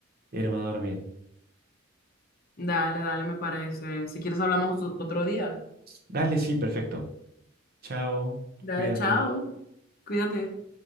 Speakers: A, on the right (about 50°); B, on the left (about 50°).
A: irme a dormir.
B: Dale, dale, me parece. Si quieres hablamos otro otro día.
A: Dale, sí, perfecto. Chao,
B: Dale,
A: cuídate.
B: chao. Cuídate.